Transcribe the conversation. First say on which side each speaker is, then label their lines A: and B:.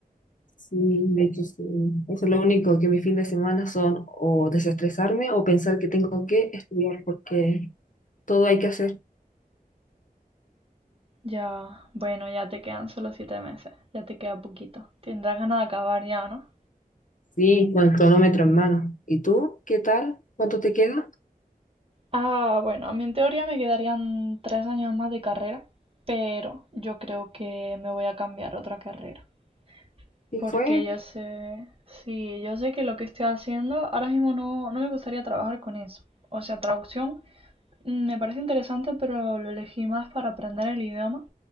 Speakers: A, on the left; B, on the right.
A: Sí, de hecho, sí. Eso es lo único que mis fines de semana son o desestresarme o pensar que tengo que estudiar porque todo hay que hacer.
B: Ya, bueno, ya te quedan solo siete meses, ya te queda poquito. Tendrás ganas de acabar ya, ¿no?
A: Sí, con el cronómetro en mano. ¿Y tú? ¿Qué tal? ¿Cuánto te queda?
B: Ah, bueno, a mí en teoría me quedarían tres años más de carrera, pero yo creo que me voy a cambiar a otra carrera.
A: ¿Qué
B: Porque
A: fue?
B: yo sé, sí, yo sé que lo que estoy haciendo ahora mismo no, no me gustaría trabajar con eso. O sea, traducción mm, me parece interesante, pero lo elegí más para aprender el idioma.